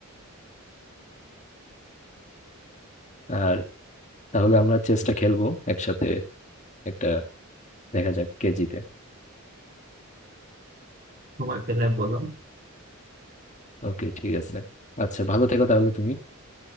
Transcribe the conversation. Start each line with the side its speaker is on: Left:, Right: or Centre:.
Left: আর তাহলে আমরা চেসটা খেলবো একসাথে একটা দেখা যাক কে জিতে
Right: সময় পেলে বলো
Left: ওকে ঠিক আছে আচ্ছা ভালো থেকো তাহলে তুমি